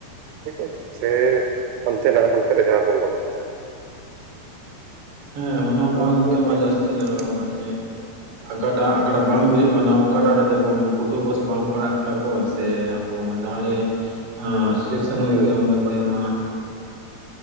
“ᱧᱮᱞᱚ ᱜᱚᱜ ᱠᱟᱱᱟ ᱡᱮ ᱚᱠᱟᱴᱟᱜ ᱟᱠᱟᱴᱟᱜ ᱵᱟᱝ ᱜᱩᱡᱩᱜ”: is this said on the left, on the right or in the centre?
Right